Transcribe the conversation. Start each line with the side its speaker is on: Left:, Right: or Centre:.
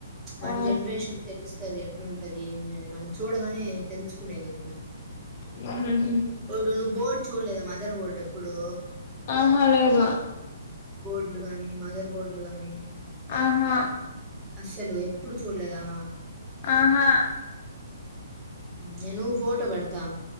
Right: మన
Left: ఆ
Right: జనరేషన్ కి తెలుస్తది ఎట్లాంటది ఏమి అని మనం చూడగానే తెలుసుకునేగలుగుతాం
Left: ఉహుం
Right: ఇప్పుడు నువ్వు బోర్డు చూడలేదా మదర్ బోర్డ్ ఎప్పుడు
Left: ఆహ లేేదు
Right: బోర్డ్లు గానీ మదర్ బోర్డులు గాని
Left: ఆహా
Right: అసలు ఎప్పుడు చూలేదా
Left: ఆహా
Right: నేను ఫోటో పడతా